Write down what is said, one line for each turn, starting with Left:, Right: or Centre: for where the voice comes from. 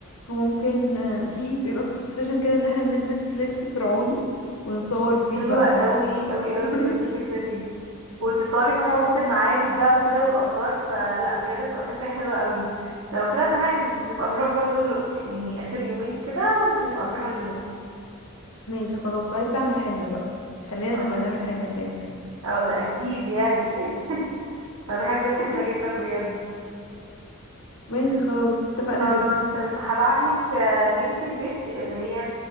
Left: وممكن في بيبقى في السيشن كده ان احنا بنلبس لبس فرعوني ونتصور بيه
Right: حلوة
Left: بقى
Right: قوي قوي
Left: <laughs>
Right: قوي بجد الفكرة دي وتتصوري فما وسط المعابد بقى وكده والآثار فلا بجد تبقى فكرة حلوة قوي لو كده تمام نبقى نروح برضو الأقصر يعني آخر يومين كده نبقى نروح الأقصر
Left: ماشي خلاص وعايزة اعمل حنة بقى خلينا
Right: اه
Left: نبقى نعمل حنة هناك
Right: آه، ده أكيد يعني <laughs> أنا بحب الحنة
Left: <laughs>
Right: جدا بجد
Left: ماشي خلاص اتفقنا
Right: خلاص
Left: جدا
Right: تمام هبعت لك آه، لينك البيج اللي هي